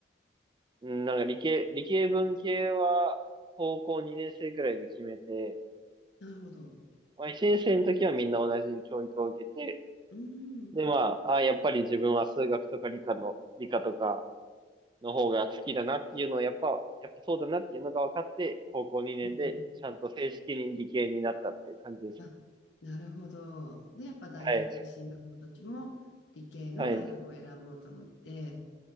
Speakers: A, on the right; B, on the left.
A: うんなんか理系、理系文系は、高校2年生くらいで決めて、
B: なるほど。
A: まあ1年生の時はみんな同じ教育を受けて、
B: うーん。
A: でまあ、あやっぱり自分は数学とか理科の、理科とかの方が好きだなっていうのをやっぱ、やっぱそうだなっていうのが分かって、高校2年でちゃんと正式に理系になったっていう感じですね。
B: うんうん。あ、なるほど。で、やっぱ大学進学の時も理系の大学を選ぼうと思って、
A: はい。はい。